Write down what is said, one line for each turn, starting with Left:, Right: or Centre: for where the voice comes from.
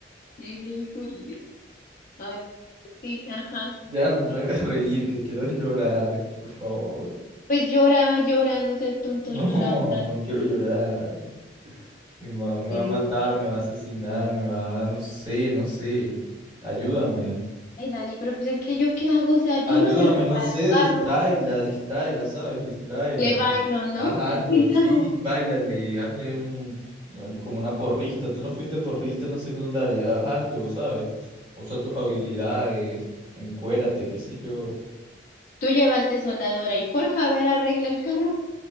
Left: Es bien culero. Ay, sí, ajá.
Right: Ya no me
Left: sí.
Right: hagas reír, que quiero llorar, por favor.
Left: Pues llora, llora, no seas tonto,
Right: No,
Left: llora otra vez.
Right: no quiero llorar. Mi mamá me va
Left: Mm.
Right: a matar, me va a asesinar, me va a... no sé, no sé. Ayúdame.
Left: Ay, Dani, pero pues es que yo qué hago, o sea,
Right: Ayúdame,
Left: yo no sé reparar
Right: no sé,
Left: el carro,
Right: distráela, distráela, ¿sabes? Distráela.
Left: le bailo, ¿no?
Right: Haz algo,
Left: ¿Qué le
Right: sí,
Left: hago?
Right: báilale, hazle un, un- como una porrista. Tú no fuiste porrista en la secundaria, haz algo, ¿sabes? Usa tus habilidades, encuérate, qué sé yo. <laughs>
Left: Tú llevaste soldadora y forja, a ver, arregla el carro.